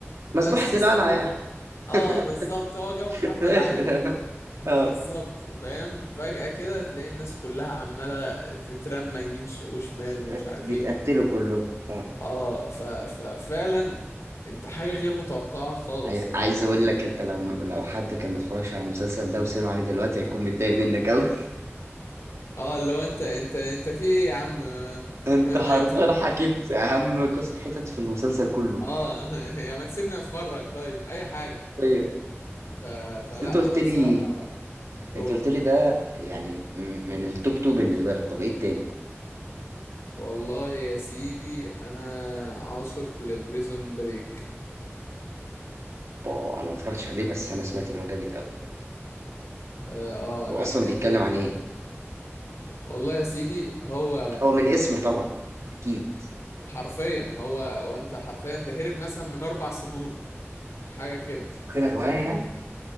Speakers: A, on the right; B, on the left.
A: مذبحه
B: بس
A: القلعه
B: السيوف
A: يعني <laughs>
B: اه بالظبط هو جو محمد
A: في الاخر
B: علي ده <laughs> بالظبط
A: اه
B: فاهم فجأة كده تلاقي الناس كلها عمالة تترمى يمين ش- وشمال
A: بس-
B: ومش عارف
A: بيتقتلوا
B: ايه
A: كلهم اه
B: اه ف... ففعلا انت حاجة غير متوقعة خالص
A: عاي-
B: يعني
A: عايز
B: انتوا
A: اقول لك انت لو لو حد كان متفرجش على المسلسل ده وسمعني دلوقتي
B: مم.
A: هيكون متضايق منك قوي
B: اه لو انت انت انت في ايه يا عم
A: <laughs> انت
B: ما
A: حرفيا
B: ما يت...
A: حكيت اهم قصه حتت في المسلسل كله
B: اه <laughs> يعني ما تسيبني اتفرج طيب اي حاجة
A: حرفيا
B: ف... فلا
A: بس انت قلت
B: انا
A: لي
B: بصراحة قول
A: انت قلت لي ده يعني م- من التوب تو بالنسبه لك طب ايه التاني؟
B: والله يا سيدي انا عاشق لبريزون بريك
A: آه، انا ما اتفرجتش عليه بس انا سمعت ان هو جامد قوي
B: اه,
A: هو
B: آه لا
A: اصلا
B: ح- ممتع
A: بيتكلم عن ايه
B: والله يا سيدي هو
A: هو من اسمه طبعا اكيد
B: حرفيا هو وانت
A: اكيد
B: حرفيا ده هرب مثلا من اربع سجون حاجة كده
A: كده هواية يعني